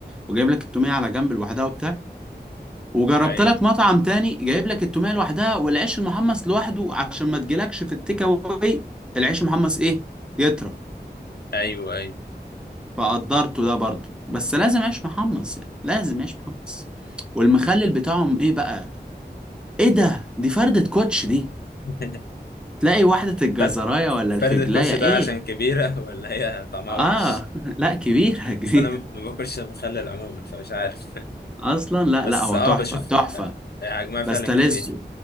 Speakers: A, in the centre; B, on the left.
A: وجايب لك التوميه على جنب لوحدها وبتاع وجربت
B: أيوه
A: لك مطعم تاني جايب لك التوميه لوحدها والعيش المحمص لوحده عشان ما تجيلكش في التيك اواي العيش المحمص ايه يطرى
B: أيوه أيوه
A: فقدرته ده برضه بس لازم عيش محمص يعني لازم عيش محمص والمخلل بتاعهم ايه بقى ايه ده دي فردة كوتش دي
B: <laughs>
A: تلاقي واحدة الجزراية
B: فرد
A: ولا
B: فرد
A: الفجلاية
B: الكوتش ده
A: ايه
B: عشان كبيرة <laughs> ولا هي طعمها
A: اه
B: وحش
A: <laughs> لا كبيرة كبيرة
B: بس أنا ما باكلش مخلل عموما فمش عارف
A: اصلا
B: <laughs>
A: لا
B: بس
A: لا هو
B: آه
A: تحفة
B: بشوف
A: تحفة
B: آه، حجمها فعلا
A: بستلذه
B: كبير